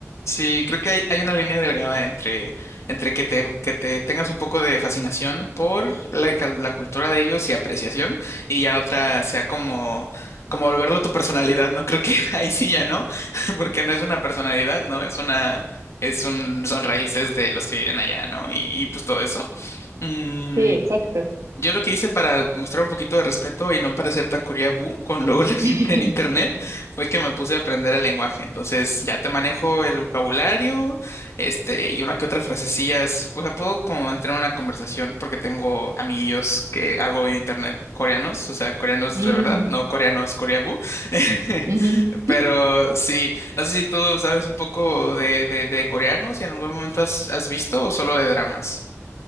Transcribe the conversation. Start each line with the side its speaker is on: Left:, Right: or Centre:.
Left: Sí, creo que hay, hay una línea delgada entre, entre que te, que te tengas un poco de fascinación por la, cal- la cultura de ellos y apreciación, y ya otra sea como, como volverlo tu personalidad, ¿no? Creo que <laughs> ahí sí ya no, <laughs> porque no es una personalidad, ¿no? Es una, es un, son raíces de los que viven allá, ¿no? Y, y pues todo eso. Mm,
Right: Sí, exacto.
Left: yo lo que hice para mostrar un poquito de respeto y no parecer tan curiabú con luego la <laughs> gente
Right: <laughs>
Left: en internet fue que me puse a aprender el lenguaje. Entonces ya te manejo el vocabulario, este, y una que otra frasecillas. O sea, puedo como entrar en una conversación porque tengo amiguillos que hago en internet coreanos, o sea, coreanos
Right: Mm,
Left: de verdad, no coreanos coreabú. <laughs>
Right: ujú.
Left: Pero sí, no sé si tú sabes un poco de, de, de coreanos y en algún momento has, has visto o solo de dramas.